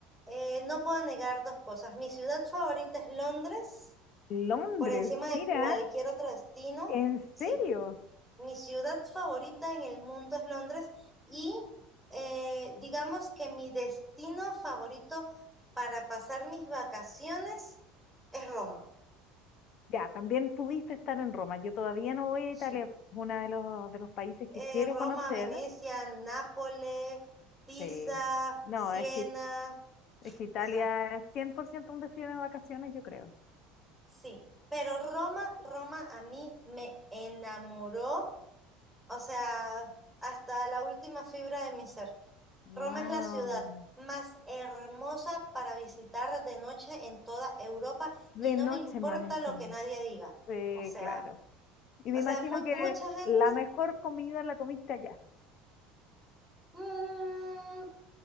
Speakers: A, in the centre; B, on the left.
A: eh, no puedo negar dos cosas. Mi ciudad favorita es Londres,
B: Londres,
A: por encima de
B: mira,
A: cualquier otro destino.
B: ¿en
A: Sí,
B: serio?
A: mi ciudad favorita en el mundo es Londres y eh, digamos que mi destino favorito para pasar mis vacaciones es Roma,
B: Ya, también pudiste estar en Roma. Yo todavía no voy a
A: sí.
B: Italia, es uno de los, de los países que
A: Eh,
B: quiero
A: Roma,
B: conocer.
A: Venecia, Nápoles, Pisa,
B: Sí. No,
A: Siena,
B: es que, es que Italia
A: o sea,
B: es 100% un destino de vacaciones, yo creo.
A: sí. Pero Roma, Roma a mí me enamoró, o sea, hasta la última fibra de mi ser.
B: Wow,
A: Roma es la ciudad más hermosa para visitar de noche en toda Europa
B: de
A: y no
B: noche
A: me importa
B: más encima.
A: lo que nadie diga.
B: Sí,
A: O sea,
B: claro. Y me
A: o
B: imagino
A: sea, mu-
B: que
A: mucha gente.
B: la mejor comida la comiste allá.
A: mm,